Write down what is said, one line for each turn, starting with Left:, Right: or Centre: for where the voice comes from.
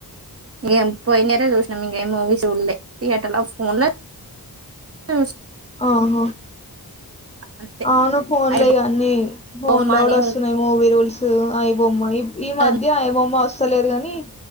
Right: ఇంగ పోయనియర్రే చూసినాం ఇంగ ఏం మూవీస్ చూడ్లే థియేటర్ ల ఫోన్ల స్
Left: ఆహ
Right: అంతే
Left: అవును ఫోన్లో
Right: అయి
Left: ఇక అన్ని ఫోన్లో
Right: బొమ్మ అని
Left: కూడా వస్తున్నాయి మూవీ రూల్స్ ఐబొమ్మ ఈ
Right: ఉంటది
Left: మధ్య ఐబొమ్మ వస్తలేదు కాని